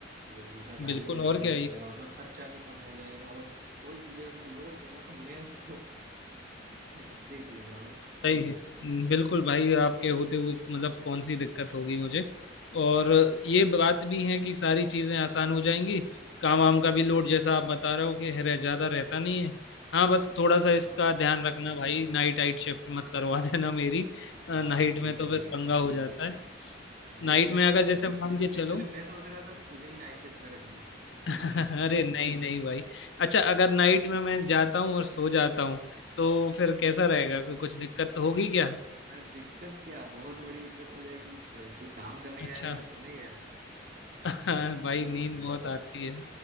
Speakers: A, on the right (about 45°); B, on the left (about 70°).
A: तुझे दूसरा गाड़ी
B: बिल्कुल
A: भी लेना
B: और
A: नहीं
B: क्या
A: पड़ेगा मतलब खर्चा भी कम हो जाएगा और कोई तुझे अगर लोड देगा तो मैं उसको <laughs> देख लूंगा भाई
B: सही है हम्म, बिल्कुल भाई आपके होते हुए मतलब कौन सी दिक्कत होगी मुझे और ये बात भी है कि सारी चीज़ें आसान हो जाएंगी काम वाम का भी लोड जैसा आप बता रहे हो कि है- रह ज़्यादा रहता नहीं है हाँ बस थोड़ा सा इसका
A: हाँ
B: ध्यान रखना भाई नाइट आइट शिफ्ट मत करवा <laughs> देना मेरी
A: हाँ हाँ,
B: अ, नाइट
A: ठीक
B: में तो
A: है ठीक
B: फिर
A: है
B: पंगा हो जाता है
A: नहीं
B: नाइट
A: मैं
B: में अगर
A: मैं
B: जैसे
A: तो
B: मान के चलो
A: एक्चुअली मैं सोच रहा था कि तुझे ही नाइट शिफ्ट में रख दूं
B: <laughs>
A: <laughs>
B: अरे नहीं नहीं भाई अच्छा अगर नाइट में मैं जाता हूँ और सो जाता हूँ तो फिर कैसा
A: हाँ
B: रहेगा कोई- कुछ दिक्कत तो होगी क्या
A: अरे दिक्कत क्या बहुत बड़ी दिक्कत हो जाएगी तो- तू काम करने
B: अच्छा
A: गया है या सोने गया है
B: <laughs>
A: तो
B: हाँ भाई
A: मतलब
B: नींद बहुत आती है